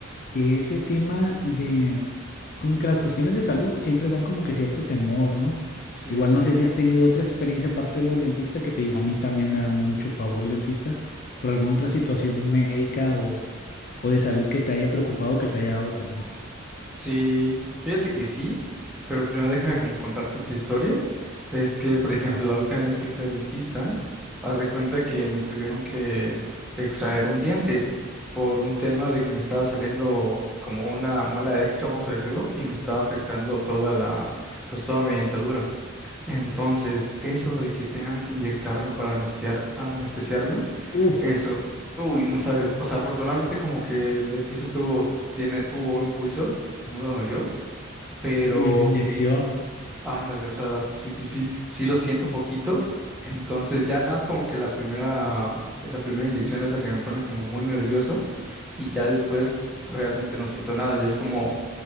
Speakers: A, on the left; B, in the centre.
A: que ese tema de como que las cuestiones de salud siempre dan como que cierto temor, ¿no?
B: Sí,
A: Igual no sé si has tenido otra experiencia aparte de lo del dentista, que te digo, a mí también me da mucho pavor el dentista, pero alguna otra situación médica o, o de salud que te haya preocupado, que te haya dado temor.
B: sí, fíjate que sí, pero primero déjame como contarte esta historia. Es que, por ejemplo,
A: Va.
B: la última vez que fui al dentista, haz de cuenta que me tuvieron que extraer un diente por un tema de que me estaba saliendo como una muela extra, vamos a decirlo, y me estaba afectando toda la, pues toda mi dentadura. Entonces, eso de que tengan que inyectarme para anestear- anestesiarme,
A: Uf,
B: Eso, uy, no sabes, o sea, afortunadamente como que el dentista estuvo, tiene, tuvo buen pulso y no me dolió, pero
A: uy, esa inyección.
B: ándale, o sea, sí, sí, sí, sí lo siento poquito, entonces ya nada, es como que la primera, la primera inyección es la que me pone como muy nervioso y ya después realmente no siento nada, ya es como,